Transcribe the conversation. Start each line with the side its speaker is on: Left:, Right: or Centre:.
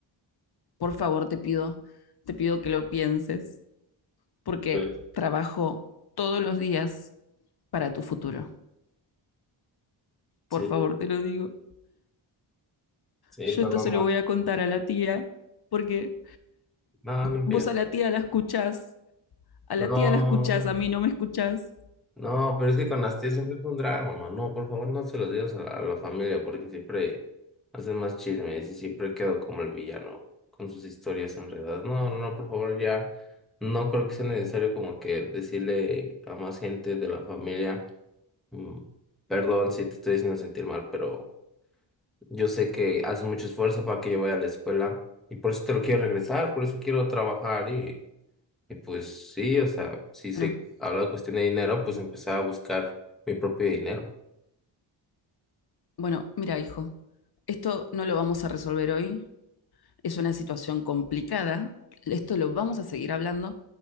Left: Por favor, te pido, te pido que lo pienses, porque
Centre: Pues,
Left: trabajo todos los días para tu futuro.
Centre: Sí.
Left: Por favor, te lo digo.
Centre: Sí,
Left: Yo
Centre: perdón,
Left: esto se lo
Centre: Matt.
Left: voy a contar a la tía, porque
Centre: No, no empiezo.
Left: vos a la tía la escuchás, a
Centre: No,
Left: la tía la escuchás, a mí no me escuchás.
Centre: no, pero es que con las tías siempre es un drama, mamá. No, por favor, no se los digas a, a la familia porque siempre hacen más chismes y siempre quedo como el villano con sus historias enredadas. No, no, no, por favor, ya no creo que sea necesario como que decirle a más gente de la familia, mm, perdón si te estoy haciendo sentir mal, pero yo sé que haces mucho esfuerzo para que yo vaya a la escuela y por eso te lo quiero regresar, por eso quiero trabajar Y pues sí, o sea, si
Left: Bueno,
Centre: se habla de cuestión de dinero, pues empezar a buscar mi propio dinero.
Left: bueno, mira, hijo, esto no lo vamos a resolver hoy, Es una situación complicada. Esto lo vamos a seguir hablando,